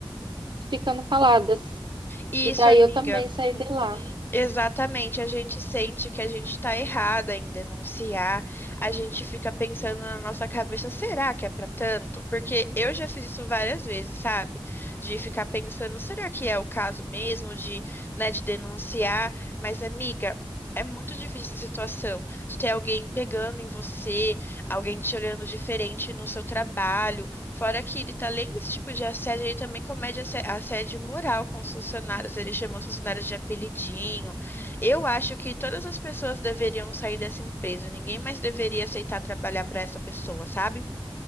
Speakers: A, on the right; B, on the left.
A: ficando caladas.
B: Isso,
A: E daí
B: amiga.
A: eu também saí
B: Uhum,
A: de lá,
B: Exatamente. A gente sente que a gente está errada em denunciar. A gente fica pensando na nossa cabeça, será que é para tanto? Porque eu já fiz isso várias vezes, sabe? De ficar pensando, será que é o caso mesmo de, né, de denunciar? Mas, amiga, é muito difícil essa situação de ter alguém pegando em você, alguém te olhando diferente no seu trabalho. Fora que ele, tá, além desse tipo de assédio, ele também comete assé- assédio moral com os funcionários. Ele chama os funcionários de apelidinho. Eu acho que todas as pessoas deveriam sair dessa empresa. Ninguém mais deveria aceitar trabalhar para essa pessoa, sabe?